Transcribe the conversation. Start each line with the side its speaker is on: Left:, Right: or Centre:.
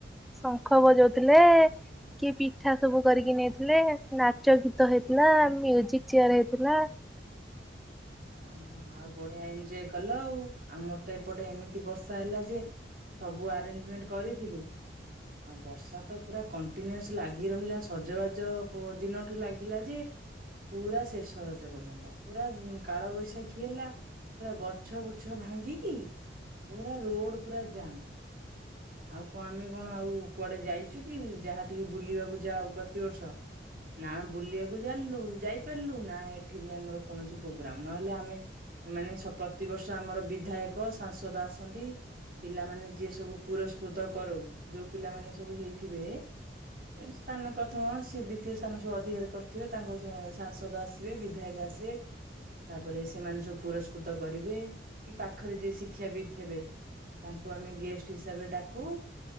Centre: ଶଙ୍ଖ ବଜାଉଥିଲେ କିଏ ପିଠା ସବୁ କରିକି ନେଇଥିଲେ ନାଚ ଗୀତ ହେଇଥିଲା ମଜିକ ଚେୟାର ହେଇଥିଲା।
Right: ଆଁ ଆଉ ବଢିଆ ଏଞଜୟ କଲ ଆଉ ଆମର ତ ଏପଟେ ଏମିତି ବର୍ଷା ହେଲା ଯେ ସବୁ ଆରେଞ୍ଜମେଣ୍ଟ କରିଥିଲୁ। ଆଉ ବର୍ଷା ତ ପୁରା କଣ୍ଟିନ୍ୟୁଅସ ଲାଗି ରହିଲା ସଜବାଜ ଦିନଠୁ ଲାଗିଲା ଯେ ପୁରା ଶେଷ ରଜ ପର୍ଯ୍ୟନ୍ତ ପୁରା କାଳ ବୈଶାଖୀ ହେଲା ପୁରା ଗଛ ବୁର୍ଚ୍ଛ ଭାଙ୍ଗିକି ପୁରା ରୋଡ ପୁରା ଜାମ୍ ଆଉ କଣ ଆମେ କଣ ଆଉ କୁଆଡେ ଯାଇଛୁ କି ଯାହା ଟିକେ ବୁଲିବାକୁ ଯାଉ ପ୍ରତିବର୍ଷ। ନା ବୁଲିବାକୁ ଜାଲୁ ଯାଇପାରିଲୁ ନା ଏଠି ବି ଆମର କୌଣସି ପ୍ରୋଗ୍ରାମ ନହେଲେ ଆମେ ଏମାନେ ପ୍ରତିବର୍ଷ ଆମର ବିଧାୟକ ସାଂସଦ ଆସନ୍ତି ପିଲାମାନେ ଯିଏ ସବୁ ପୁରସ୍କୃତ କରାଉ ଯୋଉ ପିଲାମାନେ ସବୁ ହେଇଥିବେ ସ୍ଥାନ ପ୍ରଥମ ସେ ଦ୍ୱିତୀୟ ସ୍ଥାନ ସବୁ ଅଧିକାର କରିଥିବେ ତାଙ୍କ ସାଂସଦ ଆସିବେ ବିଧାୟକ ଆସିବେ। ତାପରେ ସେମାନେ ସବୁ ପୁରସ୍କୃତ କରିବେ କି ପାଖରେ ଯିଏ ଶିକ୍ଷାବିତ୍ ଥିବେ। ତାଙ୍କୁ ଆମେ ଗେଷ୍ଟ ହିସାବରେ ଡାକୁ